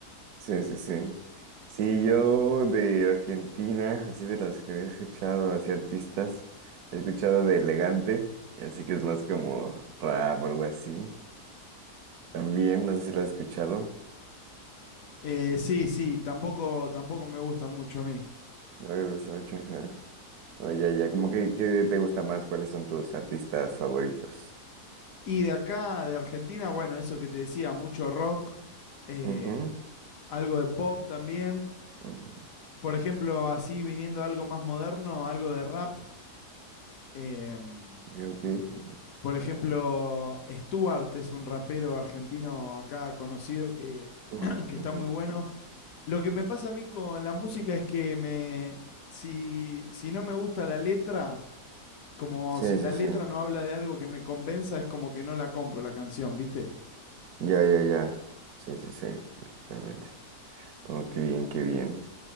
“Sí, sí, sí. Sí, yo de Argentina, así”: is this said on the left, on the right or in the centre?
Right